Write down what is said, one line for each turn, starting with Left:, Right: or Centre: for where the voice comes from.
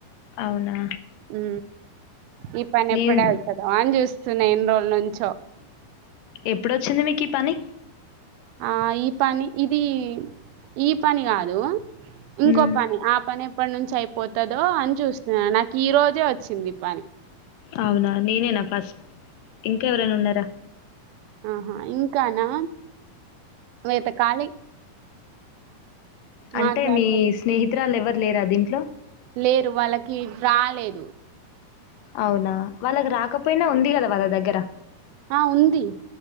Left: అవునా
Right: ఉ ఈ పని
Left: నేను
Right: ఎప్పుడవుతుందో అని చూస్ సో నేన్ ఎన్నిరోజులు నుంచో
Left: ఎప్పుడొచ్చింది మీకీ పని
Right: ఆ ఈ పని ఇది ఈ పని కాదు ఇంకో
Left: మ్,
Right: పని ఆ పని ఎప్పటి నుంచి అయి పోత్ ఓ అని జూస్తున్నా నాకీ రో వచ్చింది పని
Left: అవునా నేనేనా ఫస్ట్ ఇంకెవరైనా ఉన్నారా
Right: ఆహా ఇంకానా వెతకాలి
Left: అంటే
Right: మాట్లాడుతున్నా
Left: మీ స్నేహితురాలు ఎవరు లేరా దీంట్లో
Right: లేరు వాళ్ళకి రాలేదు
Left: అవునా వాళ్ళకి రాకపోయినా ఉంది కదా వాళ్ళ దగ్గర
Right: ఆ ఉంది